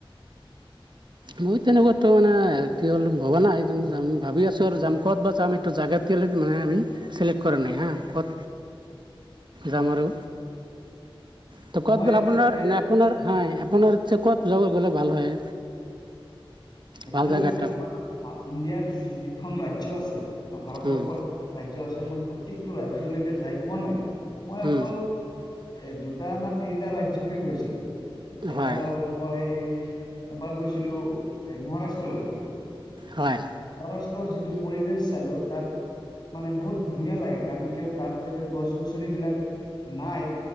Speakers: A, on the right; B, on the left.
A: মই তেনেকুৱাতো মানে ভবা নাই ভাবি আছো আৰু যাম ক'ত বা যাম এইটো জাগা এতিয়ালৈ চেলেক্ট কৰ নাই হা কত যাম আৰু। টো
B: মই
A: ক'ত গলে
B: এতিয়ালৈকে
A: আপোনাৰ মানে আপোনাৰ আপোনৰ ইচ্ছা কত যাব গলে ভাল হয়?
B: এতিয়ালৈকে
A: ভাল জাগা এটা
B: ইণ্ডিয়াৰ যি এখন ৰাজ্য আছে। বা ভাৰতবৰ্ষৰ
A: উম,
B: ৰাজ্য আছে মই প্ৰত্যেকটো ৰাজ্যলৈকে যাই পোৱা নাই? মই অকল
A: উম,
B: এ দুটা না তিনিটা ৰাজ্য হে গৈছো। এটা
A: হয়
B: হল মই এবাৰ গৈছিলো। এ মহাৰাষ্ট্ৰ লৈ
A: হয়
B: মহাৰাষ্ট্ৰৰ যিটো পৰিবেশ চালো তাত মানে বহুত ধুনীয়া লাগে কাৰণ কিয় তাত যে গছ গছনি বিলাক নাই